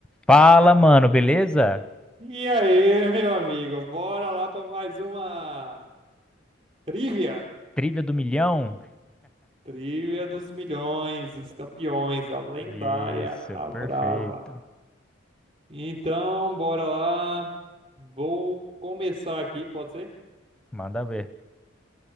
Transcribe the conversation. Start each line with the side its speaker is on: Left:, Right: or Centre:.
Centre: Fala, mano, beleza?
Right: E aí, meu amigo, bora lá para mais uma trivia.
Centre: Trivia do milhão?
Right: Trivia dos milhões, dos campeões, a lendária,
Centre: Isso,
Right: a
Centre: perfeito.
Right: brava. Então, bora lá. Vou começar aqui, pode ser?
Centre: Manda ver.